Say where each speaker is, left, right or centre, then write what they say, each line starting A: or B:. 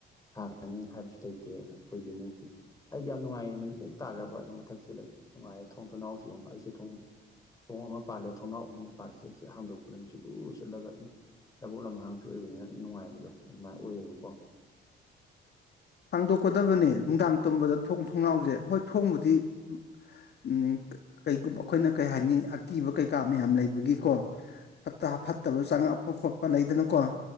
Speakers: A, on the left; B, on the left.
A: ꯁꯥꯒꯅꯤ ꯍꯥꯏꯕꯁꯨ ꯂꯩꯇꯦ ꯑꯈꯣꯏꯗꯤ ꯑꯃꯨꯁꯦ꯫ ꯑꯩꯗꯤ ꯌꯥꯝ ꯅꯨꯡꯉꯥꯏꯌꯦ ꯅꯨꯃꯤꯠ ꯍꯦꯛ ꯇꯥꯈ꯭ꯔꯕ ꯑꯗꯨꯝ ꯃꯊꯛꯁꯤꯗ ꯅꯨꯡꯉꯥꯏꯌꯦ ꯊꯣꯡ ꯊꯨꯡꯅꯥꯎꯁꯤ ꯌꯦꯡꯑꯣ ꯑꯩꯁꯦ ꯊꯣꯡ__ ꯊꯣꯡ ꯑꯃ ꯄꯥꯜꯂꯦ ꯊꯣꯡꯅꯥꯎ ꯑꯍꯨꯝꯅꯤ ꯄꯥꯜꯂꯤꯂꯁꯦ ꯍ ꯍꯥꯝꯗꯣꯛꯄꯗ ꯃꯤꯁꯤꯠ ꯑꯗꯨ ꯂ ꯁꯤꯜꯂꯒ ꯑꯗꯨꯝ ꯂꯕꯨꯛ ꯂꯝꯍꯥꯡꯁꯨ ꯑꯣꯏꯕꯅꯤꯅ ꯑꯗꯨꯝ ꯅꯨꯡꯉꯥꯏꯕꯗꯣ ꯑꯗꯨꯃꯥꯏꯅ ꯑꯣꯏꯌꯦꯕꯀꯣ
B: ꯍꯥꯡꯗꯣꯛꯀꯗꯕꯅꯦ ꯅꯨꯡꯗꯥꯡ ꯇꯝꯕꯗ ꯊꯣꯡ ꯊꯣꯡꯅꯥꯎꯖꯦ ꯍꯣꯏ ꯊꯣꯡꯕꯨꯗꯤ__ ꯎꯝ ꯀ-ꯀꯩꯒꯨꯝꯕ ꯑꯈꯣꯏꯅ ꯀꯩ ꯍꯥꯏꯅꯤ ꯑꯀꯤꯕ ꯀꯩꯀꯥ ꯃꯌꯥꯝ ꯂꯩꯕꯒꯤꯀꯣ__ ꯐꯠꯇ ꯐꯠꯇꯕ ꯆꯪꯉꯛꯄ ꯈꯣꯠꯄ ꯂꯩꯗꯅꯀꯣ